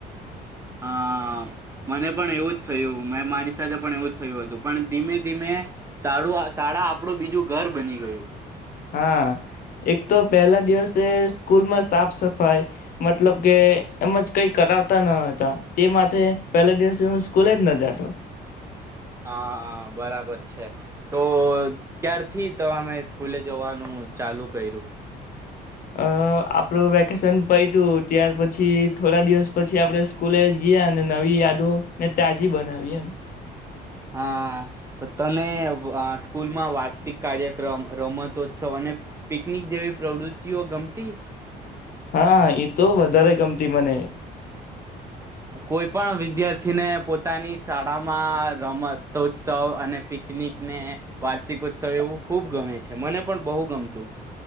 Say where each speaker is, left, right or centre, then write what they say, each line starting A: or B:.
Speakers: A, on the right (about 15°); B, on the left (about 60°).
A: હા મને પણ એવું જ થયું મે મારી સાથે પણ એવું જ થયું હતું પણ ધીમે ધીમે શાળા આપણું બીજું ઘર બની ગયું.
B: હા એક તો પહેલા દિવસે સ્કૂલમાં સાફ સફાઈ મતલબ કે એમજ કઈ કરાવતા ન હતા તે માટેથે પહેલા દિવસે હું સ્કૂલે જ ન જાતો.
A: હા બરાબર છે, તો ક્યારથી તમામે સ્કૂલે જવાનું ચાલુ કર્યું?
B: અ આપણું વેકેશન પય તું ત્યાર પછી થોડા દિવસ પછી આપડણે સ્કૂલે ગયા ને નવી યાદો ને તાજી બનાવી એમ.
A: હા તને સ્કૂલમાં વાર્ષિક કાર્યક્રમ, રમતોત્સવ અને પિકનિક જેવી પ્રવૃતિઓ ગમતી?
B: હા એ તો વધારે ગમતી મને.
A: કોઈ પણ વિદ્યાર્થીને પોતાની શાળામાં રમત ઉત્સવ અને પિકનિકને વાર્ષિકોત્સવ એવું ખૂબ ગમે છે મને પણ બહુ ગમતું.